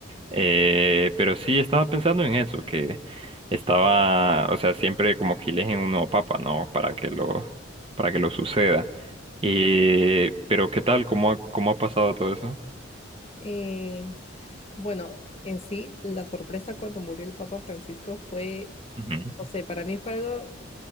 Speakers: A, on the right (about 25°); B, on the left (about 30°).
A: Eh, pero sí estaba pensando en eso, que estaba, o sea, siempre como que eligen un nuevo papa, ¿no? Para que lo, para que lo suceda. Eh, pero ¿qué tal? ¿Cómo ha, cómo ha pasado todo eso?
B: Eh, bueno, en sí, la sorpresa cuando murió el Papa Francisco fue,
A: Ujú.
B: no sé, para mí fue algo